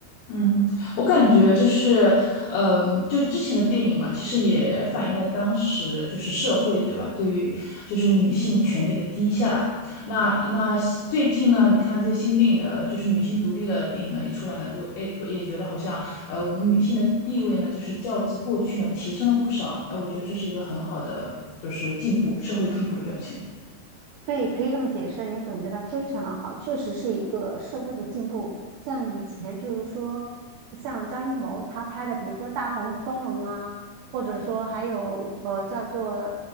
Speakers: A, on the left; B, on the right.
A: 嗯，我感觉就是，嗯，就之前的电影嘛，其实也反映了当时就是社会，对吧？对于就是女性权利的低下。那那最近呢，你看这些新电影的，就是女性独立的电影呢，一出来呢，就哎也觉得好像，呃，我们女性的地位呢，就是较之过去呢提升了不少。哎，我觉得这是一个很好的，就是进步，社会进步的表现。
B: 对，可以这么解释，你总结的非常的好，确实是一个社会的进步。像以前就是说，像张艺谋他拍的，比如说《大红灯笼》啊，或者说还有呃叫做